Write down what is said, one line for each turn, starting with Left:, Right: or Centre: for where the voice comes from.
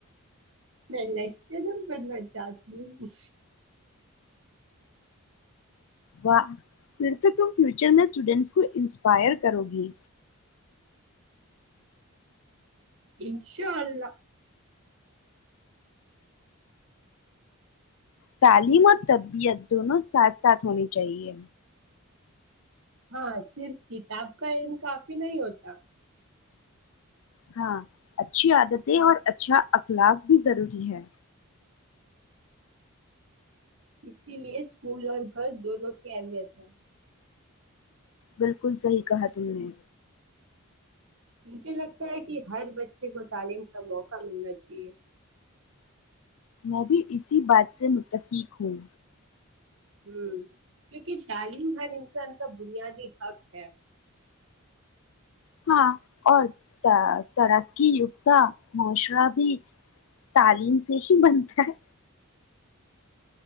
Right: میں لیکچرر پڑھنا چاہتی ہوں
Left: واہ پھر تو تم فیوچر میں اسٹوڈنٹس کو انسپائر کرو گی
Right: انشاء اللہ
Left: تعلیم اور تربیعت دونوں ساتھ ساتھ ہونی چاہیے
Right: ہاں صرف کتاب کا ان کافی نہیں ہوتا
Left: ہاں اچھی عادتیں اور اچھا اخلاق بھی ضروری ہے
Right: اسی لیے اسکول اور گھر دونوں کی اہمیت ہے
Left: بالکل صحیح کہا تم نے
Right: مجھے لگتا ہے کہ ہر بچے کو تعلیم کا موقع ملنا چاہیے
Left: میں بھی اسی بات سے متفق ہوں
Right: ہ کیونکہ تعلیم ہر انسان کا بنیادی حق ہے
Left: ہاں اور ترقی یافتہ معاشرہ بھی تعلیم سے ہی بنتا ہے